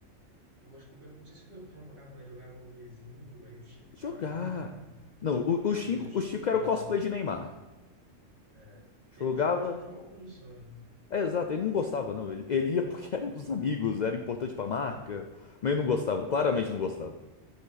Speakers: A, on the right; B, on the left.
A: o, acho que o, Bel- não sei se o Beltrão jogava, mas jogava o Luizinho, aí o Chico
B: Jogar.
A: ficava indo lá,
B: Não, o, o
A: aí
B: Chico,
A: depois o Chico
B: o Chico
A: também,
B: era o cosplay
A: né?
B: de Neymar.
A: É,
B: Jogava.
A: ele não chegou a jogar, jogou alguns só, né?
B: É, exato, ele não gostava, não. Ele, ele ia porque <laughs> era dos
A: É,
B: amigos, era importante pra marca. Mas ele não gostava, claramente não gostava.